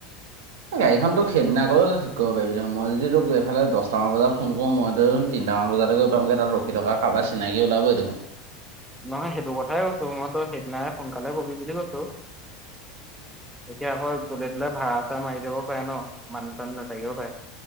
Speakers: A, on the right (about 75°); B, in the centre.
A: এই গাড়ীখন তোক সেইদিনা গৈও ঠিক কৰিব পাৰিবি দেখুন মই যদি তোক এইফালে দচটামান বজাত ফোন কৰো মই <unintelligible> ডাঙৰ বজাতে গৈ পামগৈ তাত ৰখি থকা কবাই চিনাকি ওলাবই দেখোন।
B: নহয় সেইটো কথাই কৈছো মইতো সেইদিনাই সোনকালে কবি বুলি কৈছো। এতিয়া আকৌ গলে বোলে ভাড়া - চাড়া মাৰি যাবও পাৰে ন' মানুহ চানুহ নাথাকিবও পাৰে।